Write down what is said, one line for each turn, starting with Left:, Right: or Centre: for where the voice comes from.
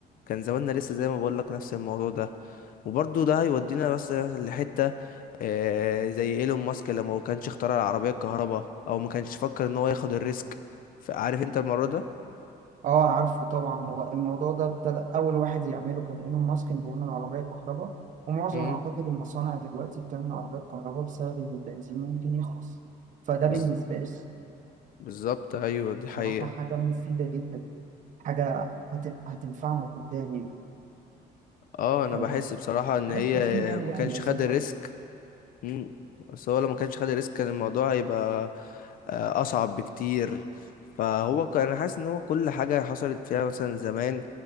Left: كان زماننا لسه زي ما بقول لك نفس الموضوع ده وبرضه ده هيودينا بس لحتة آه، زي ايلون ماسك لما هو كانش اخترع العربية الكهرباء او ما كانش فكر ان هو ياخد الريسك فعارف انت المرة ده
Right: اه عارفه طبعا هو الموضوع ده ابتدى اول واحد يعمله كان ايلون ماسك انه يعمل عربية كهرباء ومعظم
Left: مم.
Right: اعتقد المصانع دلوقتي بتعمل عربية كهرباء بسبب ان البنزين ممكن يخلص فده
Left: بز-
Right: بالنسبة لي
Left: بالظبط ايوه دي حقيقة
Right: بصراحة حاجة مفيدة جدا حاجة هت... هتنفعنا قدام
Left: اه انا
Right: آه،
Left: بحس بصراحة ان
Right: حاجات
Left: هي
Right: كتير يعني
Left: ما
Right: ليها
Left: كانش
Right: مميزات
Left: خد الريسك
Right: وعيوب
Left: مم. بس هو لو ما كانش خد الريسك كان الموضوع هيبقى آه، اصعب بكتير فهو ك- انا حاسس ان هو كل حاجة حصلت فيها مثلا زمان